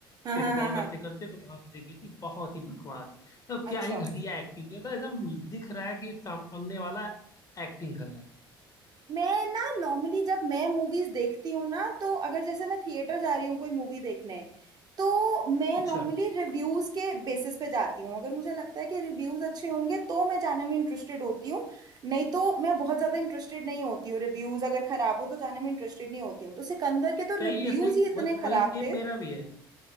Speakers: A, on the right (about 35°); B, on the left (about 30°).
A: हाँ हाँ
B: स्क्रॉल
A: हाँ हाँ
B: करते करते तो वहां से देखी थी बहुत ही बकवास तो क्या
A: अच्छा
B: ही घटिया एक्टिंग है मतलब एकदम दिख रहा है कि सामने वाला एक्टिंग कर रहा है
A: मैं ना नॉर्मली जब मैं मूवीज देखती हूँ ना तो अगर जैसे मैं थिएटर जा रही हूँ कोई मूवी देखने तो मैं
B: अच्छा
A: नॉर्मली रिव्यूज के बेसिस पे जाती हूँ अगर मुझे लगता है कि रिव्यूज अच्छे होंगे तो मैं जाने में इंटरेस्टेड होती हूँ नहीं तो मैं बहुत ज्यादा इंटरेस्टेड नहीं होती हूँ रिव्यूज अगर खराब हो तो जाने में इंटरेस्टेड नहीं होती हूँ तो सिकंदर के तो
B: सही
A: रिव्यूज
B: है सही
A: ही इतने
B: वही
A: खराब
B: वही सेम
A: थे
B: मेरा भी है